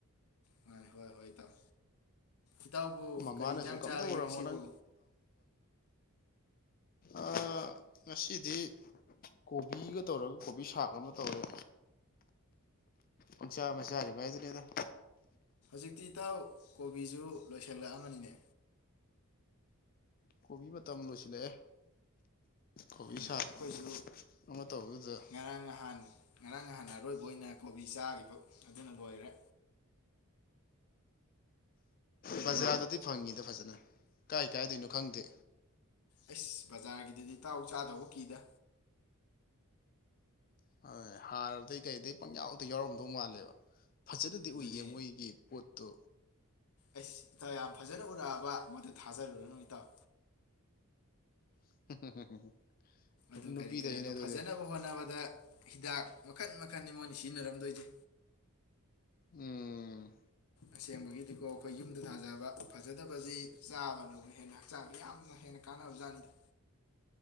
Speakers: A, on the left; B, on the left.
A: <unintelligible> ꯍꯣꯏ ꯍꯣꯏ ꯏꯇꯥꯎ ꯏꯇꯥꯎꯕꯨ
B: ꯃꯃꯥꯅꯁꯨ
A: ꯀꯔꯤ ꯏꯟꯁꯥꯡ
B: ꯀꯝꯗꯧꯔꯝꯃꯣ
A: ꯆꯥꯔꯒꯦ ꯉꯁꯤꯕꯨ꯫
B: ꯑ-ꯉꯁꯤꯗꯤ ꯀꯣꯕꯤꯒ ꯇꯧꯔꯒ ꯀꯣꯕꯤ ꯁꯥꯛ ꯑꯃ ꯇꯧꯔꯦ꯫ ꯄꯡꯆꯥ ꯃꯆꯥꯥꯔꯤꯕ ꯍꯥꯏꯗꯨꯅꯦꯗ꯫
A: ꯍꯨꯖꯤꯛꯇꯤ ꯏꯇꯥꯎ ꯀꯣꯕꯤꯁꯨ ꯂꯣꯏꯁꯤꯜꯂꯛ ꯑꯝꯃꯅꯤꯅꯦ꯫
B: ꯀꯣꯕꯤ ꯃꯇꯝ ꯂꯣꯏꯁꯤꯜꯂꯛꯑꯦ꯫ ꯀꯣꯕꯤ
A: ꯎꯝ
B: ꯁꯥꯛ
A: ꯑꯈꯣꯏꯁꯨ
B: ꯑꯃ ꯇꯧꯕꯗꯨꯗ
A: ꯉꯔꯥꯡ ꯅꯍꯥꯟ ꯉꯔꯥꯡ ꯅꯍꯥꯟ ꯅ ꯑꯔꯣꯏꯕ ꯑꯣꯏꯅ ꯀꯣꯕꯤ ꯆꯥꯈꯤꯕ ꯑꯗꯨꯅ ꯂꯣꯏꯔꯦ꯫
B: ꯕꯖꯥꯔꯗꯗꯤ ꯐꯪꯉꯤꯗ ꯐꯖꯅ ꯀꯥꯏ ꯀꯥꯏꯗꯩꯅꯣ ꯈꯪꯗꯦ꯫
A: ꯑꯩꯁ ꯕꯖꯥꯔꯒꯤꯗꯨꯗꯤ ꯏꯇꯥꯎ ꯆꯥꯗꯧꯕ ꯀꯤꯗ꯫
B: <unintelligible> ꯍꯥꯔꯗꯩ ꯀꯩꯗꯩ ꯄꯪꯌꯥꯎꯗ ꯌꯥꯎꯔꯝꯗꯧ ꯃꯥꯜꯂꯦꯕ꯫ ꯐꯖꯅꯗꯤ
A: ꯑꯗꯨꯅꯦ
B: ꯎꯏꯌꯦ ꯃꯣꯏꯒꯤ ꯄꯣꯠꯇꯣ꯫
A: ꯑꯩꯁ ꯏꯇꯥꯎ ꯌꯥꯝ ꯐꯖꯅ ꯎꯔꯛꯑꯕ ꯃꯗꯨ ꯊꯥꯖꯔꯨꯔꯅꯨ ꯏꯇꯥꯎ꯫
B: <unintelligible>
A: ꯑꯗꯨ
B: ꯅꯨꯄꯤꯗꯁꯨꯅꯦ
A: ꯀꯔꯤ ꯀꯔꯤꯅꯣ
B: ꯑꯗꯨꯗꯤ
A: ꯐꯖꯅꯕ ꯍꯣꯠꯅꯕꯗ ꯍꯤꯗꯥꯛ ꯃꯈꯟ ꯃꯈꯟꯅꯤ ꯁꯤꯖꯤꯟꯅꯔꯝꯗꯣꯏꯁꯦ꯫
B: ꯎꯝ꯫
A: ꯑꯁꯦꯡꯕꯒꯤꯗꯤꯀꯣ ꯑꯩꯈꯣꯏ ꯌꯨꯝꯗ ꯊꯥꯖꯕ ꯐꯖꯗꯕꯁꯤ ꯆꯥꯕꯅꯕꯨ ꯍꯦꯟꯅ ꯍꯛꯆꯥꯡꯗ ꯌꯥꯝꯅ ꯍꯦꯟꯅ ꯀꯥꯅꯕꯖꯥꯠꯅꯤꯗ꯫